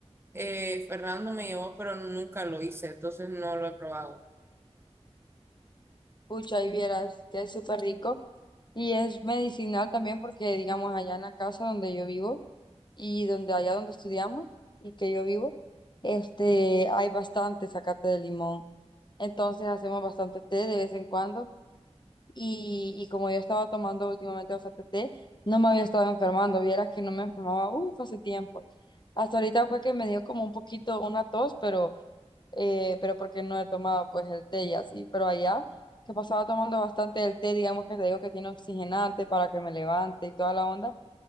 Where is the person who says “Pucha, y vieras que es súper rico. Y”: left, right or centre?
Left